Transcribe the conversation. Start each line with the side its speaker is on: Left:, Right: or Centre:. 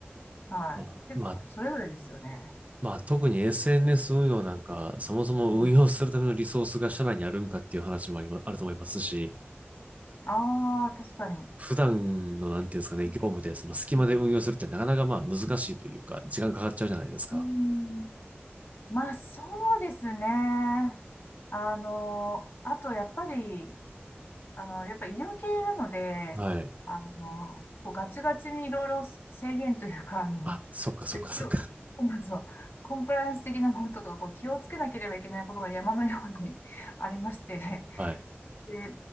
Left: はい。
Right: まあ、
Left: 結構それぞれですよね。
Right: まあ、まあ、特に SNS 運用なんか、そもそも運用するためのリソースが社内にあるんかっていう話もありま、
Left: うん、
Right: あると思いますし、
Left: ああ、確かに。
Right: 普段の、なんていうんですかね、
Left: う
Right: 業務で、その隙間で運用するってなかなかまあ難しいというか、
Left: ん
Right: 時間かかっちゃうじゃないですか。
Left: うん、まあ、そうですね。あの、あと、やっぱり、あの、やっぱ医療系なので、
Right: はい。
Left: あの、結構ガチガチにいろいろ制限というか、あの、
Right: あ、そっかそっかそっか。
Left: で気をまずはコンプライアンス的なものとか、こう気をつけなければいけないことが山のように <laughs> ありまして、
Right: はい。
Left: で、